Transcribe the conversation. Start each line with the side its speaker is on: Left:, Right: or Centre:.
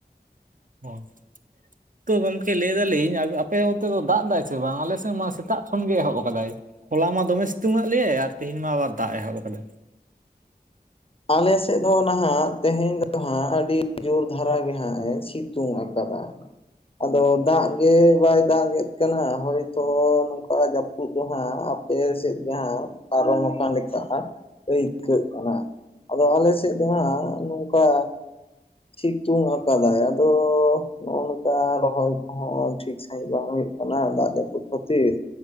Right: <inaudible> ᱛᱚ ᱜᱚᱝᱠᱮ ᱞᱟᱹᱭ ᱫᱟᱞᱤᱧ ᱟᱯ ᱟᱯᱮ ᱚᱱᱛᱮ ᱫᱚ ᱫᱟᱜ ᱫᱟᱭ ᱥᱮ ᱵᱟᱝ? ᱟᱞᱮ ᱥᱮᱫ ᱢᱟ ᱥᱮᱛᱟᱜ ᱠᱷᱚᱱ ᱜᱮ ᱮᱦᱚᱵ ᱟᱠᱟᱫᱟᱭ᱾ ᱦᱚᱞᱟ ᱢᱟ ᱫᱚᱢᱮ ᱥᱤᱛᱩᱝ ᱟᱜ ᱞᱮ ᱟᱨ ᱛᱤᱦᱤᱧ ᱢᱟ ᱟᱵᱟᱨ ᱫᱟᱜ ᱮᱦᱚᱵ ᱟᱠᱟᱫᱟᱭ᱾
Left: ᱟᱞᱮ ᱥᱮᱫ ᱫᱚ ᱱᱟᱦᱟᱜ ᱛᱮᱦᱮᱧ ᱫᱚ ᱦᱟᱸᱜ ᱟᱹᱰᱤ ᱡᱳᱨ ᱫᱷᱟᱨᱟ ᱜᱮ ᱦᱟᱸᱜ ᱮ ᱥᱤᱛᱩᱝ ᱟᱠᱟᱫᱟ᱾ ᱟᱫᱚ ᱫᱟᱜ ᱜᱮ ᱵᱟᱭ ᱫᱟᱜᱮᱫ ᱠᱟᱱᱟ ᱦᱚᱭᱛᱚ ᱱᱚᱝᱠᱟ ᱡᱟᱯᱩᱫ ᱩᱫ ᱫᱚ ᱦᱟᱸᱜ ᱟᱯᱮ ᱥᱮᱫ ᱡᱟᱦᱟᱸ ᱯᱟᱨᱚᱢ ᱟᱠᱟᱱ ᱞᱮᱠᱟ ᱟᱹᱭᱠᱟᱹᱜ ᱠᱟᱱᱟ᱾ ᱟᱫᱚ ᱟᱞᱮ ᱥᱮᱫ ᱫᱚ ᱦᱟᱸᱜ ᱱᱚᱝᱠᱟ ᱥᱤᱛᱩᱝ ᱟᱠᱟᱫᱟᱭ ᱟᱫᱚ ᱱᱚᱜ-ᱚ ᱱᱚᱝᱠᱟ ᱨᱚᱦᱚᱭ ᱠᱚᱦᱚᱸ ᱴᱷᱤᱠ ᱥᱟᱦᱤᱡ ᱵᱟᱝ ᱦᱩᱭᱩᱜ ᱠᱟᱱᱟ ᱫᱟᱜ ᱡᱟᱹᱯᱩᱫ ᱠᱷᱟᱹᱛᱤᱨ᱾